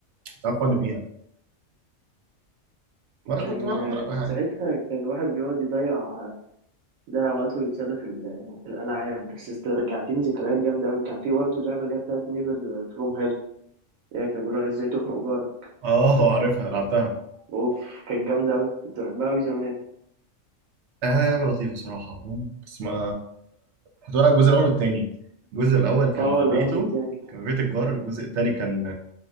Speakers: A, on the right; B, on the right.
A: تعرف فن بيها ولا
B: كان
A: كنت بلعب ألعب
B: كان
A: أي حاجة
B: ساعتها كان الواحد بيقعد يضيع ده وقته يتسلى في ال- في الألعاب بس است- رجعتني ذكريات جامدة أوي كان في برضه اللعبة اللي هي بتاعت نيبر فروم هيل هي كان بيقولوا عليها ازاي تخنق جارك
A: اه عارفها لعبتها
B: أوف كانت جامدة أوي كنت بحبها أوي زمان
A: آه، حاجة لطيفة صراحة فاهم بس ما كنت بلعب الجزء الاول والتاني الجزء الاول كان
B: اه
A: في
B: الأول
A: بيته
B: والتاني
A: كان في بيت الجار الجزء التاني كان